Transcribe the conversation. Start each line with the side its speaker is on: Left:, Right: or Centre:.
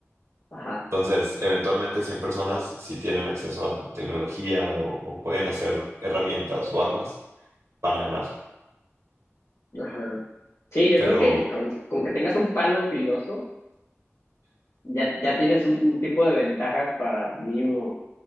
Left: Ajá,
Right: Entonces, eventualmente 100 personas, si tienen acceso a tecnología o, o pueden hacer herramientas o armas, van a ganar.
Left: ajá. Sí, yo
Right: Pero
Left: creo que con, con que tengas un palo filoso, ya, ya tienes un tipo de ventaja para mínimo,